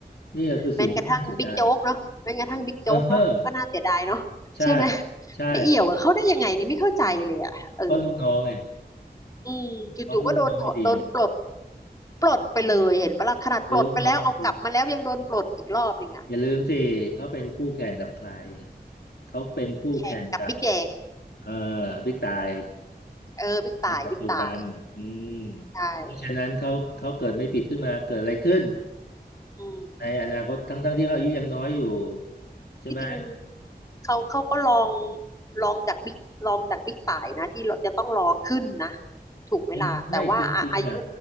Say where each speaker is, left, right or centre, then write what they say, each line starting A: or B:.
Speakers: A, on the left; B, on the left.
A: นี่ก็คือสิ่งที่น่าเสียดาย
B: แม้กระทั่งบิ๊กโจ๊กเนาะแม้กระทั่งบิ๊กโจ๊กเนาะก็น่าเสียดายเนาะใช่ไหม
A: เออใช่ใช่
B: ไปเอี่ยวกับเขาได้ยังไงนี่ไม่เข้าใจเลยอ่ะเออ
A: เพราะลูกน้องไง
B: อืมจู่ๆก็โดนถอดโดนปลด
A: เพราะลูกน้องไม่ดีไง
B: ปลดไปเลยเห็นปะล่ะขนาดปลดไปแล้วเอากลับมาแล้วยังโดนปลดอีกรอบหนึ่งอ่ะ
A: คือลูกน้องไม่ดีอย่าลืมสิเขาเป็นคู่แข่งกับใครเขาเป็นคู่แข่งกับ
B: แข่งกับบิ๊กแดง
A: เอ่อบิ๊กตาย
B: เออบิ๊กต่ายบิ๊กต่าย
A: ในปัจจุบันอืม
B: ใช่
A: เพราะฉะนั้นเขาเขาเกิดไม่ผิดขึ้นมาเกิดอะไรขึ้น
B: อืม
A: ในอนาคตทั้งทั้งที่เขาอายุยังน้อยอยู่ใช่ไหม
B: ที่จริงเขาเขาก็ลองลองจากบิ๊กลองจากบิ๊กต่ายนะที่เราจะต้องรอขึ้นนะถูกเวลาแต่ว่าอะอายุ
A: จริงไม่จริงๆอ่ะ